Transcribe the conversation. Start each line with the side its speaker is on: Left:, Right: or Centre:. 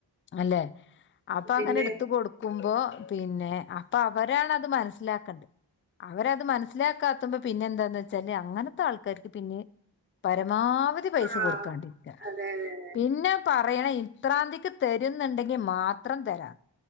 Left: അല്ലെ. അപ്പൊ
Right: പിന്നെ
Left: അങ്ങനെ എടുത്ത് കൊടുക്കുമ്പോ പിന്നെ അപ്പൊ അവരാണത് മനസ്സിലാക്കണ്ടെ. അവരത് മനസ്സിലാക്കാത്തുമ്പ പിന്നെ എന്താന്ന് വെച്ചാല് അങ്ങനത്തെ ആൾക്കാർക്ക് പിന്നെ പരമാവധി പൈസ
Right: ആ
Left: കൊടുക്കാണ്ടിരിക്ക
Right: അതെ അതെ അതെ
Left: പിന്നെ പറയണ ഇത്രാന്തിക്ക് തരുന്നുണ്ടെങ്കി മാത്രം തരാം.